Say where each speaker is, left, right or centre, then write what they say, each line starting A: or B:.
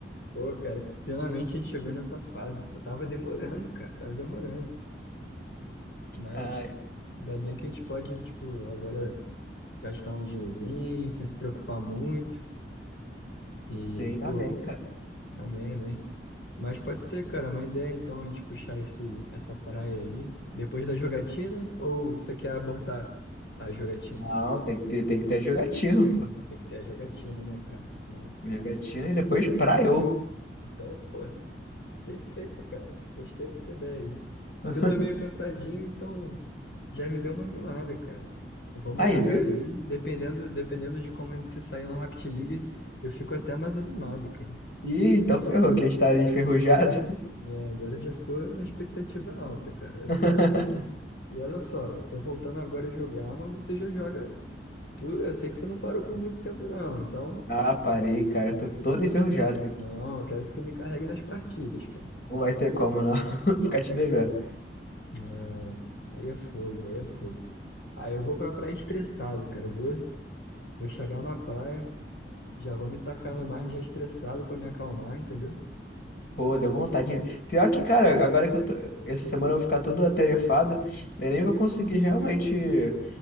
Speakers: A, on the left (about 75°); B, on the left (about 55°).
A: Pô, cara, finalmente a gente chegou nessa fase. Pô, tava demorando, cara, tava demorando. Mas
B: Ah,
A: ainda bem que a gente pode, tipo, agora gastar um dinheirinho sem se preocupar muito. E,
B: sim, amém,
A: pô,
B: cara.
A: amém, amém. Mas pode ser, cara, uma ideia então a gente puxar esse, essa praia aí depois da jogatina? Ou você quer abortar a jogatina?
B: Não, tem que ter, tem que ter jogatina, pô.
A: Tem que ter a jogatina, né, cara? Senão.
B: Jogatina e depois praiou.
A: Então, pô. Perfeito, cara. Gostei dessa ideia.
B: <laughs>
A: Que eu tô meio cansadinho, então já me deu uma animada, cara. Vamos
B: Aí,
A: jogar
B: viu?
A: aí. Dependendo, dependendo de como a gente se sair no Rocket League, eu fico até mais animado, cara.
B: Ih, então ferrou, que a gente tá enferrujado.
A: Né, Agora já ficou na expectativa alta, cara. Eu
B: <laughs>
A: quero. E olha só, tô voltando agora a jogar, mas você já joga. Tu, eu sei que você não parou por muito tempo, não. Então,
B: Ah, parei, cara. Eu tô todo enferrujado. cara.
A: não, eu quero que tu me carregue nas partidas, cara.
B: Não vai ter como, não. <laughs> Ficar te devendo.
A: Não, aí é fogo, aí é fogo. Aí eu vou pra praia estressado, cara. Eu vou. Vou chegar na praia, já vou me tacar no mar já estressado pra me acalmar, entendeu?
B: Pô, deu vontade. de- Pior que, cara, agora que eu tô... Essa semana eu vou ficar todo atarefado, eu nem vou conseguir realmente